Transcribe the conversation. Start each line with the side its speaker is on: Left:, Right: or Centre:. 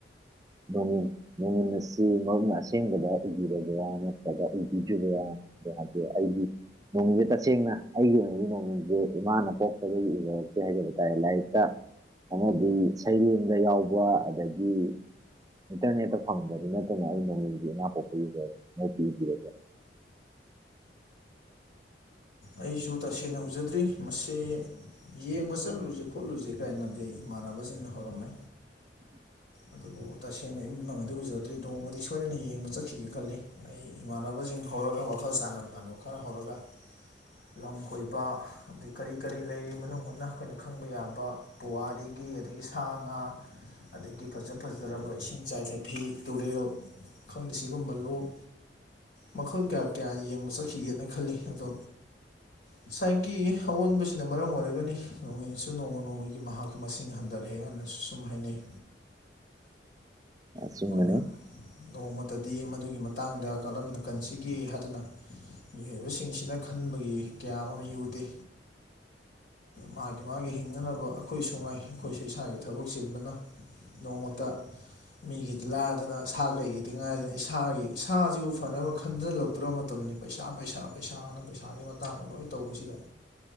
Right: <unintelligible> ꯅꯣꯡꯏꯟ ꯑꯁꯤ ꯃꯔꯨꯞꯅ ꯑꯁꯦꯡꯕꯗ ꯎꯕꯤꯔꯕ꯭ꯔꯥ ꯅꯠꯇ꯭ꯔꯒ ꯎꯕꯤꯗ꯭ꯔꯤꯕꯔꯥ ꯑꯣ ꯍꯥꯏꯗꯤ ꯑꯩꯒꯤ ꯅꯣꯡꯉꯤꯡꯁꯦ ꯇꯁꯦꯡꯅ ꯑꯩꯒꯤ ꯑꯣꯏꯅꯗꯤ ꯅꯣꯡꯉꯤꯡꯁꯦ ꯏꯃꯥꯅ ꯄꯣꯛ ꯗꯒꯤ ꯎꯖꯔꯛꯇꯔꯤ ꯍꯥꯏꯖꯕ ꯇꯥꯔꯦ ꯂꯥꯏꯔꯤꯛꯇ ꯑꯃꯗꯤ ꯁꯩꯔꯦꯡꯗ ꯌꯥꯎꯕ ꯑꯗꯒꯤ ꯏꯟꯇꯔꯅꯦꯠꯇ ꯐꯪꯕꯗꯨ ꯅꯠꯇꯅ ꯑꯩ ꯅꯣꯡꯏꯟꯁꯤ ꯏꯃꯥ ꯄꯣꯛꯄꯒꯤ ꯎꯖꯥꯔꯛꯇꯔꯤ ꯃꯔꯨꯞꯇꯤ ꯎꯕꯤꯔꯕꯣ
Left: ꯑꯩꯁꯨ ꯇꯁꯦꯡꯅ ꯎꯖꯗ꯭ꯔꯤ ꯃꯁꯤ ꯌꯦꯡꯕ ꯆꯠꯂꯨꯁꯤ ꯈꯣꯠꯂꯨꯁꯦ ꯀꯥꯏꯅꯗꯤ ꯏꯃꯥꯟꯅꯕꯁꯤꯡꯅ ꯍꯧꯔꯝꯃꯦ
Right: <unintelligible>
Left: ꯑꯗꯨꯕꯨ ꯇꯁꯦꯡꯅ ꯏꯃꯠ ꯃꯪꯛꯅꯗꯤ ꯎꯖꯗ꯭ꯔꯤ ꯅꯣꯡꯃꯗꯤ ꯁꯣꯏꯗꯅ ꯌꯦꯡꯕ ꯆꯠꯈꯤꯒꯦ ꯈꯜꯂꯤ ꯑꯩ ꯏꯃꯥꯟꯅꯕꯁꯤꯡ ꯍꯧꯔꯒ ꯋꯥꯈꯜ ꯆꯥꯟꯅꯕ ꯏꯃꯥꯟꯅꯕ ꯈꯔ ꯍꯧꯔꯒ ꯂꯝ ꯀꯣꯏꯕ ꯑꯗꯩ ꯀꯔꯤ ꯀꯔꯤ ꯂꯩꯔꯤ ꯃꯅꯨꯡ ꯍꯨꯠꯅ ꯑꯩꯈꯣꯏꯅ ꯈꯪꯕ ꯌꯥꯕ ꯄꯨꯋꯥꯔꯤꯒꯤ ꯑꯗꯒꯤ ꯁꯥ ꯉꯥ ꯑꯗꯒꯤ ꯐꯖ ꯐꯖꯔꯕ ꯏꯁꯤꯡ ꯆꯥꯏꯊꯥꯕꯤ ꯇꯨꯔꯦꯜ ꯈꯪꯗꯦ ꯁꯤꯒꯨꯝꯕ ꯂꯣꯛ ꯃꯈꯜ ꯀꯌꯥ ꯀꯌꯥꯅ ꯌꯦꯡꯕ ꯆꯠꯈꯤꯒꯦꯅ ꯈꯜꯂꯤ ꯑꯗꯣ ꯉꯁꯥꯏꯒꯤ ꯑꯑꯣꯟꯕꯁꯤꯅ ꯃꯔꯝ ꯑꯣꯏꯔꯒꯅꯤ ꯅꯣꯡꯏꯟꯁꯨ ꯅꯣꯡꯃ ꯅꯣꯡꯃꯒꯤ ꯃꯍꯥꯛꯀꯤ ꯃꯁꯤꯡ ꯍꯟꯊꯔꯛꯑꯦ ꯍꯥꯏꯅ꯫ ꯁꯨꯝ ꯍꯥꯏꯅꯩ
Right: <unintelligible> ꯑꯆꯨꯝꯕꯅꯤ
Left: ꯑꯩꯈꯣꯏꯅ ꯅꯣꯡꯃꯇꯗꯤ ꯃꯗꯨꯒꯤ ꯃꯇꯥꯡꯗ ꯀꯔꯝꯅ ꯀꯟꯁꯤꯒꯦ ꯍꯥꯏꯗꯅ꯫ ꯃꯤꯑꯣꯏꯕꯁꯤꯡꯁꯤꯅ ꯈꯟꯕꯒꯤ ꯀꯌꯥ ꯃꯃꯤ ꯎꯗꯦ꯫ ꯃꯥꯒꯤ ꯃꯥꯒꯤ ꯍꯤꯡꯅꯅꯕ ꯑꯩꯈꯣꯏꯁꯨꯉꯥꯏ ꯑꯩꯈꯣꯏꯁꯨ ꯏꯁꯥꯒꯤ ꯊꯕꯛ ꯆꯤꯟꯕꯅ ꯅꯣꯡꯃꯇ꯫ ꯃꯤꯒꯤꯗꯤ ꯂꯥꯏꯗꯅ ꯁꯥ ꯀꯩꯒꯤꯗꯤ ꯉꯥꯏꯗꯅ ꯏꯁꯥꯒꯤ ꯏꯁꯥꯁꯤꯕꯨ ꯐꯅꯕ ꯈꯟꯖꯤꯜꯂꯛꯇ꯭ꯔꯕ ꯃꯇꯝꯅꯤ ꯄꯩꯁꯥ ꯄꯩꯁꯥ ꯄꯩꯁꯥꯅ ꯄꯩꯁꯥꯒꯤ ꯃꯇꯥꯡꯗ ꯂꯣꯏ ꯇꯧꯕꯁꯤꯗ